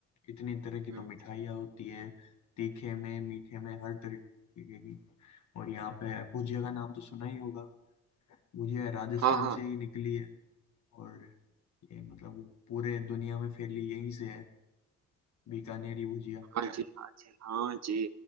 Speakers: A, on the left; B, on the right.
A: इतनी तरह की
B: हम्म,
A: तो मिठाइयाँ होती है तीखे में मीठे में हर तरीके की और यहाँ पे भुजिया का नाम तो सुना ही होगा भुजिया राजस्थान
B: हाँ हाँ
A: से ही निकली है और ये मतलब वो पूरे दुनिया में फैली यहीं से है बीकानेरी भुजिया
B: हाँ जी हाँ जी हाँ जी